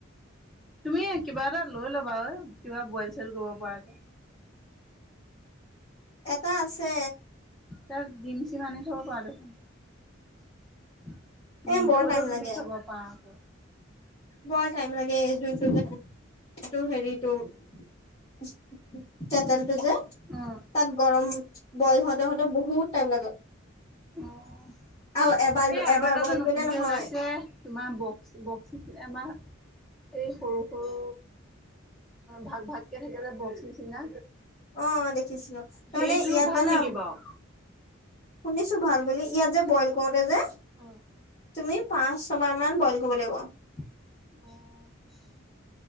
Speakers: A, in the centre; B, on the left (about 30°).
A: তুমি কিবা এটা লৈ ল'বা ঐ কিবা বইল-চইল কৰিব পৰাকে।
B: এটা আছে।
A: তাৰ ডিম-চিম আনি থব পাৰা দেখোন। ডিমটো
B: এ বৰ
A: হ'লেও
B: টাইম
A: তুমি
B: লাগে
A: খাব পাৰা আকৌ।
B: বৰ টাইম লাগে <unintelligible> এইটো হেৰিটো <inaudible>
A: উম।
B: তাত গৰম বইল হওতে-হওতে বহুত টাইম লাগে।
A: অঁ,
B: আৰু এবাৰ
A: এ আৰু
B: এবাৰ
A: এটা
B: বইল
A: যে নতুনকে
B: কৰিলে নহয়
A: ওলাইছে। তোমাৰ বক্স-বক্স নিচে আমাৰ এই সৰু-সৰু ভাগ-ভাগকে থাকে যে বক্স নিচিনা।
B: অঁ, দেখিছিলো তাৰমানে
A: সেইটো
B: ইয়াত
A: ভাল
B: জানা
A: নেকি বাৰু?
B: শুনিছো ভাল বুলি ইয়াত যে বইল কৰোতে যে
A: উম।
B: তুমি পাঁচ, ছবাৰ মান বইল কৰিব লাগিব।
A: অঁ।